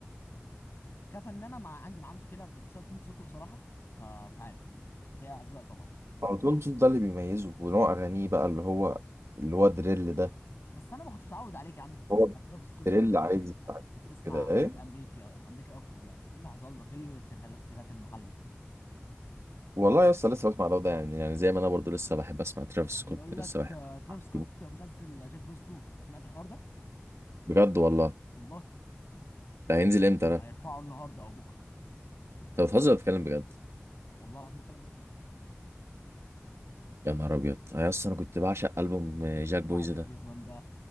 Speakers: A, on the left (about 60°); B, on the right (about 85°).
A: كفنانه مع عندي معاه مشكله بسبب تون صوته بصراحه فمش عارف بس هي اذواق طبعا
B: هو دول صوت ده اللي بيميزه ونوع اغانيه بقى اللي هو اللي هو دريل ده
A: بس انا ما كنتش متعود عليك يا عم كنت بتسمع
B: هو
A: ترافيس سكوت
B: دريل
A: وكنت
B: عايز يسمع
A: بتسمع
B: كده
A: حاجات
B: ايه
A: امريكي امريكي اكتر يعني ايه اللي حصل لك ايه اللي ت- خلاك تغات المحلي
B: والله يا اسطى لسه بسمع ده وده يعني يعني زي ما انا برضو لسه بحب اسمع ترافيس سكوت
A: بيقول لك
B: لسه بحب
A: آه، ترافيس
B: أسمع
A: سكوت منزل جاك بويز 2 سمعت الحوار ده
B: بجد والله
A: والله
B: ده هينزل
A: هي-
B: امتى ده؟
A: هيرفعه النهارده او بكره
B: انت بتهزر ولا بتتكلم بجد؟
A: لا والله العظيم الكلام ده
B: يا نهار ابيض انا اصلا انا كنت بعشق البوم جاك
A: لا
B: بويز
A: جاك
B: ده
A: بيز وان ده